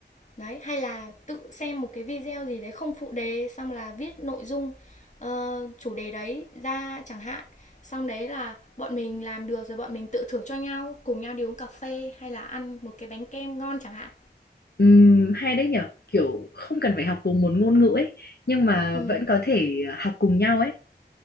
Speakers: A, on the left; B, on the left.
A: Đấy, hay là tự xem một cái video gì đấy không phụ đề xong là viết nội dung ờ, chủ đề đấy ra chẳng hạn. Xong đấy là bọn mình làm được rồi bọn mình tự thưởng cho nhau, cùng nhau đi uống cà phê hay là ăn một cái bánh kem ngon chẳng hạn.
B: Ừm, hay đấy nhở kiểu không cần phải học cùng một ngôn ngữ ấy nhưng mà
A: Ừ,
B: vẫn có thể học cùng nhau ấy